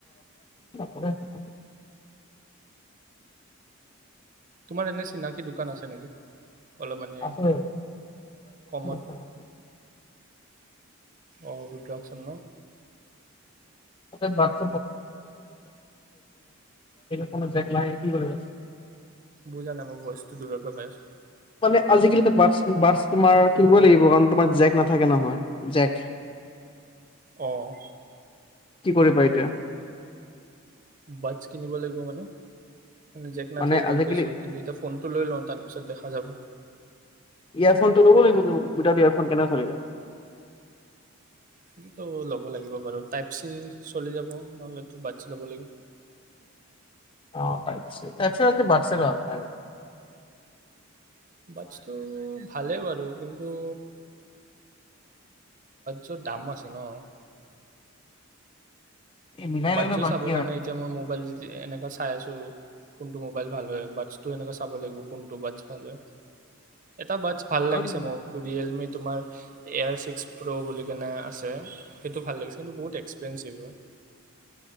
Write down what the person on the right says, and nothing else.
তোমাৰ এনে চিনাকি দোকান আছে নেকি? অলপ মানে
কমত
আৰু দু্ৰক চন
বুজা নাই মই ভইচটো দূৰৰ পৰা পাইছো
অঁ
বাটচছ কিনিব লাগিব মানে জেক নাথাকে
গম
পাইো কিন্তু এতিয়া ফোন টো লৈ লওঁ তাৰ পিছত দেখা যাব
সেইটো টো ল'ব লাগিব বাৰু টাইপ চি চলি যাব নহ'লে বাদছ ল'ব লাগিব
বাছটো ভালে বাৰু কিন্তু চত দামো আছে ন
বাটচছজোৰ
চাব কাৰণে এতিয়া মই মোবাইল এনেকুৱা চাই আছোঁ কোনটো মোবাইল ভাল হয় বাট্ছটো এনেকুৱা চাব লাগিব কোনটো বাট্ছ ভাল হয় এটা বাটচছ ভাল
লাগিছে মোক ৰিয়েলমি তোমাৰ এয়াৰ ছিক্স প্ৰ' বুলি কেনে আছে সেইটো ভাল লাগিছে কিন্তু বহুত এক্সপেঞ্চিভ হয়